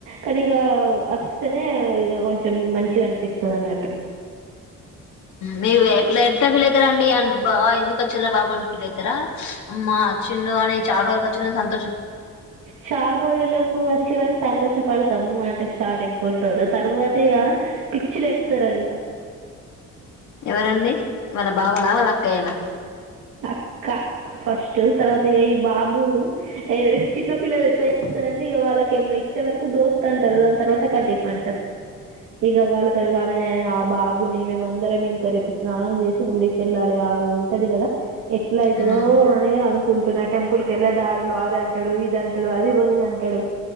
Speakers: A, on the right; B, on the left.
A: కనిగా అస్తె తే ఇగ కొంచెం మంచిగా అనిపిస్తది అన్నట్టు
B: మీ వైప్ ల ఎట్లా ఫీల్ అయితరండి అ బ్బా ఎందుకు అచ్చిర్రా బాబు అని ఫీల్ అయితర మ్మా అచ్చిండు అని చాల రోజులకచ్చి అని సంతో
A: చాల్ రోజులకు వచ్చిరని సంతోష పడు తమ్ము అంటే స్టార్టింగ్ కొండ్రో రోజులు తర్వా తి గా పిచ్చిలే త్తరడిగ
B: ఎవరండి వాళ్ళ బావలా వాళ్ళ అక్కయ్యలా
A: అక్క ఫస్ట్ తర్వాత ఇక ఈ బాబు ఇదే చిన్న పిల్లలు ఎట్లా చేస్తరండి ఇగ వాళ్ళకి ఏమైన్నా ఇచ్చే వరకు దోస్తు అంటారు దాని తర్వాత కటిఫ్ అంటరు ఇగ వాళ్ళ తో వాళ ఆయన అ బా బు ని మేమందరం ఇంక రేపు స్నానం చేసి గుడికిెళ్ళాలే ఆ ఉంటది కదా ఎట్లాయితుదో
B: హ్మ్
A: అనే అను కుంటున్నా టెంపుల్ కెళ్ళే దారులు అది అంటాడు ఇదంటాడు అది కొని అంటాడు